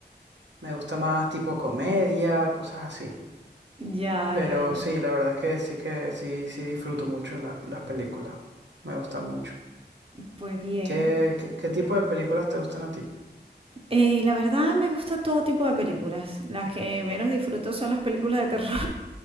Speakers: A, on the right; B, on the right.
A: Me gusta más tipo comedia, cosas así.
B: Ya,
A: Pero
B: ya, ya.
A: sí, la verdad es que sí que sí, sí disfruto mucho las, las películas. Me gustan mucho.
B: Pues bien.
A: ¿Qué, qué, qué tipo de películas te gustan a ti? <laughs>
B: Eh, la verdad me gusta todo tipo de películas. Las que menos disfruto son las películas de terror.